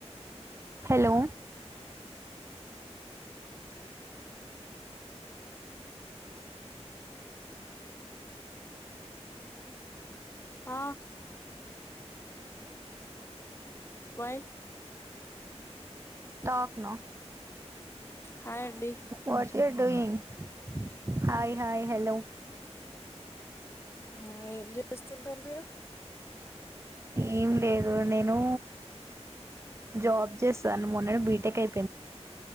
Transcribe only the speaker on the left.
ఆ వై
హాయ్ అండి
ఆ ఏం చేస్తుంటరు మీరు